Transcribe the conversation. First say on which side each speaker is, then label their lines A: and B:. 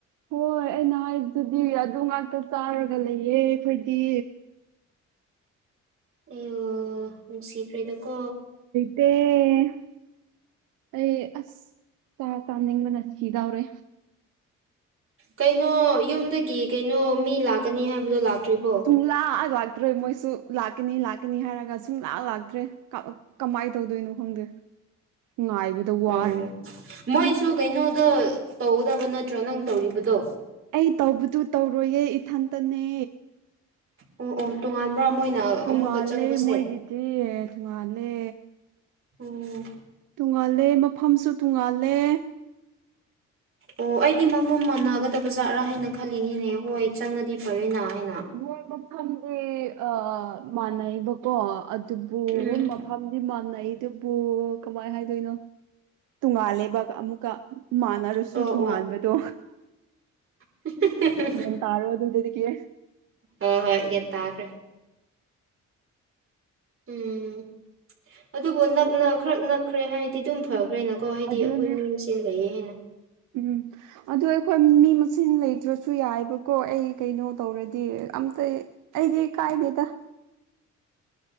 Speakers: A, on the right; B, on the right.
A: ꯍꯣꯏ ꯑꯩꯅ ꯍꯥꯏꯗꯨꯗꯤ ꯑꯗꯨ ꯉꯥꯛꯇ ꯆꯥꯔꯒ ꯂꯩꯌꯦ ꯑꯩꯈꯣꯏꯗꯤ
B: ꯑꯦꯌ‌ꫭ ꯅꯨꯡꯁꯤꯈ꯭ꯔꯦꯗꯀꯣ
A: ꯇ‌ꯦ ꯑꯩ ꯑꯁ ꯆꯥꯛ ꯆꯥꯅꯤꯡꯕꯅ ꯁꯤꯗꯧꯔꯦ
B: ꯀꯩꯅꯣ ꯌꯨꯝꯗꯒꯤ ꯀꯩꯅꯣ ꯃꯤ ꯂꯥꯛꯀꯅꯤ ꯍꯥꯏꯕꯗꯣ ꯂꯥꯛꯇ꯭ꯔꯤꯕꯣ
A: ꯁꯨꯡꯂꯥꯛ ꯂꯥꯛꯇ꯭ꯔ‌ꯦ ꯃꯣꯏꯁꯨ ꯂꯥꯛꯀꯅꯤ ꯂꯥꯛꯀꯅꯤ ꯍꯥꯏꯔꯒ ꯁꯨꯡꯂꯥꯛ ꯂꯥꯛ ꯇ꯭ꯔꯦ ꯀꯃꯥꯏ ꯇꯧꯗꯣꯏꯅꯣ ꯈꯪꯗꯦ ꯉꯥꯏꯕꯗ ꯋꯥꯔꯦ
B: ꯎꯝ ꯃꯣꯏꯁꯨ ꯀꯩꯅꯣꯗ ꯇꯧꯒꯗꯕ ꯅꯠꯇ꯭ꯔꯥ ꯅꯪ ꯇꯧꯔꯤꯕꯗꯣ
A: ꯑꯩ ꯇꯧꯕꯗꯨ ꯇꯧꯔꯣꯏꯌꯦ ꯏꯊꯟꯇꯅꯦ
B: ꯑꯣ ꯑꯣ ꯇꯣꯉꯥꯟꯕ꯭ꯔꯥ ꯃꯣꯏꯅ
A: ꯇꯣꯉꯥꯜꯂꯦ
B: ꯑꯃꯨꯛꯀ ꯆꯪꯕꯁꯦ
A: ꯃꯣꯏꯒꯤꯗꯤ ꯇꯣꯉꯥꯜꯂꯦ
B: ꯎꯝ
A: ꯇꯣꯡꯉꯥꯜꯂꯦ ꯃꯐꯝꯁꯨ ꯇꯣꯡꯉꯥꯜꯂꯦ
B: ꯑꯣ ꯑꯩꯗꯤ ꯃꯐꯝ ꯃꯥꯟꯅꯒꯗꯕ ꯖꯥꯠꯔꯥ ꯍꯥꯏꯅ ꯈꯜꯂꯤꯅꯤꯅꯦ ꯍꯣꯏ ꯆꯪꯉꯗꯤ ꯐꯔꯦꯅꯥ ꯍꯥꯏꯅ
A: ꯃꯣꯏ ꯃꯐꯝꯗꯤ ꯑ ꯃꯥꯟꯅꯩꯕꯀꯣ ꯑꯗꯨꯕꯨ
B: ꯎꯝ
A: ꯃꯐꯝꯗꯤ ꯃꯥꯟꯅꯩꯗꯨꯕꯨ ꯀꯃꯥꯏ ꯍꯥꯏꯗꯣꯏꯅꯣ ꯇꯣꯉꯥꯜꯂꯦꯕꯒ ꯑꯃꯨꯛꯀ ꯃꯥꯟꯅꯔꯁꯨ
B: ꯑꯣ
A: ꯇꯣꯉꯥꯟꯕꯗꯨ
B: ꯑꯣ <unintelligible>
A: ꯒ꯭ꯌꯥꯟ ꯇꯥꯔꯕ ꯑꯗꯨꯗꯗꯤ ꯀꯤ
B: ꯍꯣꯏ ꯍꯣꯏ ꯒ꯭ꯌꯥꯟ ꯇꯥꯈ꯭ꯔꯦ ꯎꯝ ꯑꯗꯨꯕꯨ ꯅꯛꯅ ꯈꯔꯛ ꯅꯛꯈ꯭ꯔꯦ ꯍꯥꯏꯗꯤ ꯗꯨꯝ ꯐꯈ꯭ꯔꯦꯅꯀꯣ ꯍꯥꯏꯗꯤ
A: ꯑꯗꯨꯅꯦ
B: ꯑꯈꯣꯏ ꯃꯤ ꯃꯁꯦꯟ ꯂꯩꯌꯦ ꯍꯥꯏꯅ
A: ꯎꯝ ꯑꯗꯨ ꯑꯈꯣꯏ ꯃꯤ ꯃꯁꯦꯡ ꯂꯩꯇ꯭ꯔꯁꯨ ꯌꯥꯏꯕꯀꯣ ꯑꯩ ꯀꯩꯅꯣ ꯇꯧꯔꯗꯤ ꯑꯝꯇ ꯑꯩꯗꯤ ꯀꯥꯏꯗꯦꯗ